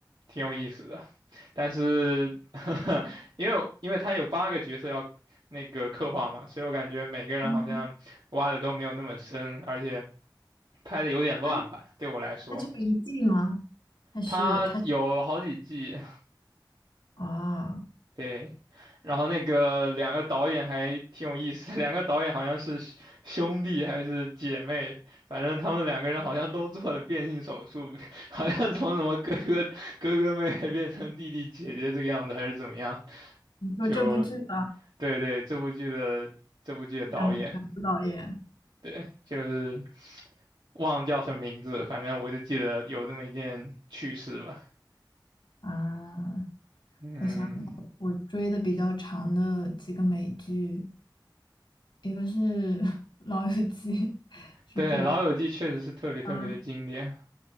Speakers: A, on the right; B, on the left.
A: 挺有意思的。但是 <laughs> 因为因为他有八个角色要那个刻画嘛，所以我感觉每个人好像挖的都没有那么深，
B: 嗯，<laughs>
A: 而且拍的有点乱吧，
B: 它
A: 对我来说，
B: 它只有一季吗？还是它
A: 他有好几季，
B: 啊？
A: 对，然后那个两个导演还挺有意思的，两个导演好像是兄兄弟还是姐妹，反正他们两个人好像都做了变性手术，<laughs> 好像从什么哥哥哥哥妹妹变成弟弟姐姐这个样子，还是怎么样，
B: 你说这部剧的
A: 就对对，这部剧的这部剧的导演，
B: 两两部导演
A: 对，就是忘了叫什么名字，反正我就记得有这么一件趣事吧。
B: 啊？
A: 嗯，
B: 我想想我追的比较长的几个美剧，一个是 <laughs>《老友记》。
A: 对，
B: 补的
A: 《老友记》确实是特别特别的经典
B: 啊，